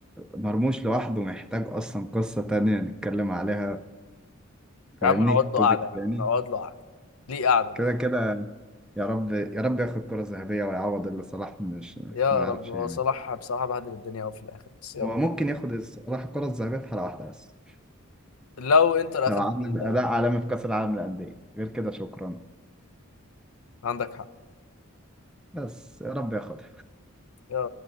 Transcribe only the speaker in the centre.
مرموش لوحده محتاج أصلا قصة تانية نتكلم عليها فاهمني
توبيك
تاني
كده كده يا رب يا رب ياخد كرة ذهبية ويعوض اللي صلاح مش
ما يعرفش
يعني
هو ممكن ياخد صلاح الكرة الذهبية في حلقة واحدة بس
لو
عمل
اداء عالمي في كاس العالم للانديه غير كده شكرا
بس يا رب ياخد